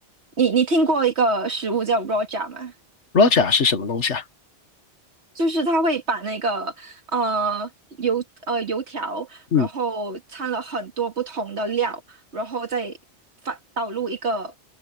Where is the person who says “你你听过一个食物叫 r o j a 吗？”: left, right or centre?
Right